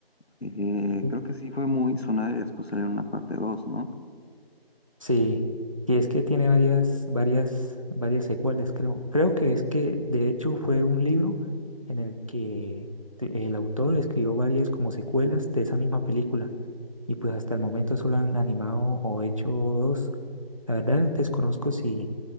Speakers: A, on the left; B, on the right.
A: Eh,
B: Ujú.
A: creo que sí fue muy sonada y después salió una parte dos ¿no?
B: Sí, y es que tiene varias, varias, varias secuelas, creo. Creo que es que de hecho fue un libro en el que te- el autor escribió varias como secuelas de esa misma película y pues hasta el momento solo han animado o hecho dos. La verdad desconozco si